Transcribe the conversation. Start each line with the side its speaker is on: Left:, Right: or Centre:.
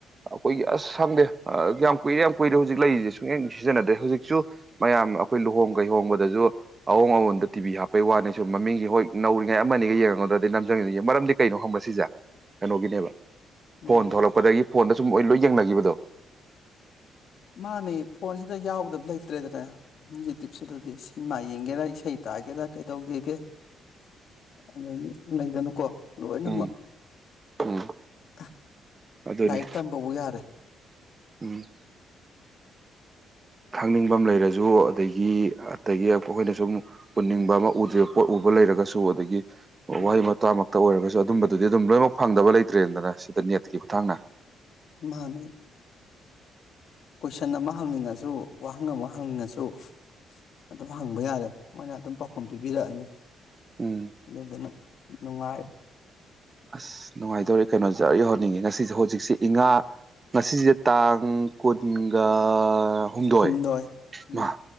Right: ꯑꯩꯈꯣꯏꯒꯤ ꯑꯁ ꯁꯪꯗꯦ ꯌꯥꯝ ꯀꯨꯏꯔꯦ ꯌꯥꯝ ꯀꯨꯏꯔꯦ ꯍꯧꯖꯤꯛ ꯂꯩꯔꯤꯁꯦ ꯁꯨꯡꯛꯌꯦꯡ ꯁꯤꯖꯤꯟꯅꯗ꯭ꯔꯦ ꯍꯧꯖꯤꯛꯁꯨ ꯃꯌꯥꯝ ꯑꯩꯈꯣꯏ ꯂꯨꯍꯣꯡ ꯀꯩꯍꯣꯡꯕꯗꯁꯨ ꯑꯍꯣꯡ ꯑꯋꯣꯟꯗ ꯇꯤꯚꯕꯤ ꯍꯥꯞꯄꯩ ꯋꯥꯅꯤ ꯁꯨꯝ ꯃꯃꯤꯡꯁꯦ ꯍꯣꯏ ꯅꯧꯔꯤꯉꯩ ꯑꯃꯅꯤꯅꯤꯒ ꯌꯦꯡꯉꯒꯗ꯭ꯔꯗꯤ ꯅꯝꯖꯪꯉꯤꯗꯨ ꯃꯔꯝꯗꯤ ꯀꯩꯅꯣ ꯍꯪꯕꯁꯤꯁꯦ ꯀꯩꯅꯣꯒꯤꯅꯦꯕ
Left: ꯎꯝ
Right: ꯐꯣꯟ ꯊꯣꯛꯂꯛꯄꯗꯒꯤ ꯐꯣꯟꯗ ꯁꯨꯝ ꯂꯣꯏ ꯌꯦꯡꯅꯈꯤꯕꯗꯣ
Left: ꯃꯥꯅꯦ ꯐꯣꯟꯁꯤꯗ ꯌꯥꯎꯗꯕ ꯂꯩꯇ꯭ꯔꯦꯗꯅ ꯌꯨꯇ꯭ꯌꯨꯨꯞꯁꯤꯗꯗꯤ ꯁꯤꯅꯦꯃꯥ ꯌꯦꯡꯒꯦꯔ ꯏꯁꯩ ꯇꯥꯒꯦꯔꯥ ꯀꯩꯗꯧꯒꯦꯒꯦ ꯑꯗꯒꯤ ꯂꯩꯗꯅꯨꯀꯣ ꯂꯣꯏꯅꯃꯛ
Right: ꯎꯝ ꯎꯝ
Left: ꯑ
Right: ꯑꯗꯨꯅꯤ
Left: ꯂꯥꯏꯔꯤꯛ ꯇꯝꯕꯕꯨ ꯌꯥꯔꯦ
Right: ꯎꯝ ꯈꯪꯅꯤꯡꯕ ꯂꯩꯔꯁꯨ ꯑꯗꯒꯤ ꯑꯗꯒꯤ ꯑꯩꯈꯣꯏꯅ ꯁꯨꯝ ꯎꯟꯅꯤꯡꯕ ꯑꯃ ꯎꯗ꯭ꯦ ꯄꯣꯠ ꯎꯕ ꯂꯩꯔꯒꯁꯨ ꯑꯗꯒꯤ ꯑꯣ
Left: ꯎꯝ
Right: ꯋꯥꯏ ꯃ ꯇ ꯈꯛꯇ ꯑꯣꯏꯔꯒꯁꯨ ꯑꯗꯨꯝꯕꯗꯨꯗꯤ ꯑꯗꯨꯝ ꯂꯣꯏꯅꯃꯛ ꯐꯪꯗꯕ ꯂꯩꯇ꯭ꯔꯦꯗꯅ ꯁꯤꯗ ꯅꯦꯠꯀꯤ ꯈꯨꯠꯊꯥꯡꯅ
Left: ꯃꯥꯅꯦ ꯀꯣꯏꯁꯟ ꯑꯃ ꯍꯪꯅꯤꯡꯉꯁꯨ ꯋꯥꯍꯪ ꯑꯃ ꯍꯪꯅꯤꯡꯉꯁꯨ ꯑꯗꯨꯝ ꯍꯪꯕ ꯌꯥꯔꯦ ꯃꯣꯏꯅ ꯑꯗꯨꯝ ꯄꯥꯎꯈꯨꯝ ꯄꯤꯕꯤꯔꯛꯑꯅꯤ
Right: ꯎꯝ
Left: ꯑꯗꯨꯗꯨꯅ ꯅꯨꯡꯉꯥꯏꯔꯦ
Right: ꯑꯁ ꯅꯨꯡꯉꯥꯏꯗꯧꯔꯤ ꯀꯩꯅꯣꯖ ꯌꯧꯍꯅꯤꯡꯉꯤ ꯉꯁꯤꯁꯦ ꯍꯧꯖꯤꯛꯁꯦ ꯏꯉꯥ ꯉꯁꯤꯁꯤꯗ ꯇꯥꯡ ꯀꯨꯟꯒ ꯍꯨꯝꯗꯣꯏ
Left: ꯁꯨꯗꯔ ꯎꯝ
Right: ꯃꯥ